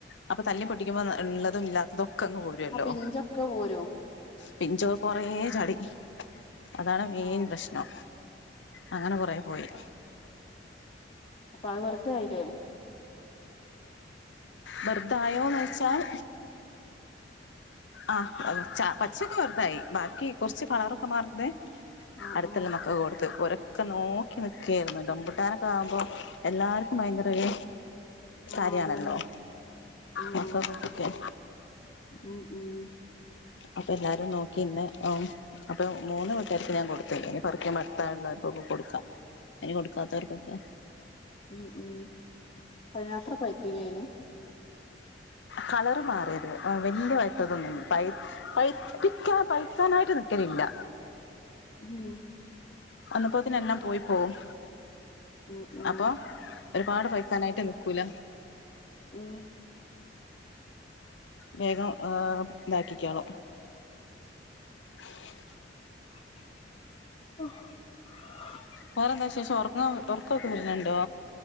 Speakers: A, on the left (about 75°); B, on the left (about 30°).
A: അപ്പ തല്ലി പൊട്ടിക്കുമ്പോ ഇള്ളതും ഇല്ലാ ത്തതൊക്കെങ്ങ് പോര്വോല്ലോ
B: ആ പിഞ്ചൊക്കെ പോരും
A: പിഞ്ചോ കൊറേ ചാടി. അതാണ് മെയിൻ
B: ആഹ്
A: പ്രശ്നോ. അങ്ങനെ കൊറേ പോയി.
B: അപ്പ അത് വെർതേ ആയില്ലേ?
A: വെർതായോന്നോയ്ച്ചാൽ ആഹ് ച്ച പച്ചോക്കെ വെറുതായി. ബാക്കി കൊറച്ച് കളറൊക്കെ മാറ്തേ
B: ആഹ്
A: അടുത്ത്ള്ള
B: ആഹ്
A: മക്കൊക്കേ കൊടുത്ത്. ഓരാ ക്ക നോക്കി നിക്കായിരുന്നു. റംബുട്ടാനൊക്കെ ആവുമ്പോ എല്ലാർക്കും ഭയങ്കര ഒരു
B: ആഹ്
A: കാര്യാണല്ലോ
B: അതന്നെ. ഉം
A: മക്കൾക്കൊക്കെ
B: ഉം ഉം
A: അപ്പ എല്ലാരും നോക്കിന്ന്. ഓം അപ്പ മൂന്ന് വീട്ടുകാര്ക്കും ഞാൻ കൊടുത്തേനു പറയ്ക്കാ. ഉമ്മർത്താളുള്ളോർക്കൊക്കെ കൊടുക്കാ. എനി കൊടുക്കാത്തോർക്കൊക്കെ
B: ഉം ഉം. അയിന് മാത്ര പഴ്ത്തീനാ അയിന്?
A: കളർ മാറിയത് വല്യ വയത്തതൊന്ന പ പഴപ്പിക്ക പഴത്താനായിട്ട് നിക്കലില്ല
B: <inaudible>
A: അന്നപ്പോത്തിന്ന എല്ലാം പോയി പോകവും
B: ഉം ഉം
A: അപ്പൊ ഒരുപാട് പൈക്കാനായിട്ട് നിൽക്കൂല
B: ഉം
A: വേഗം ഇതാക്കിക്കളൂ <inaudible>
B: <inaudible>
A: വേറെന്താ ശേഷം ഉറ ഉറക്കൊക്കെ വരണണ്ടോ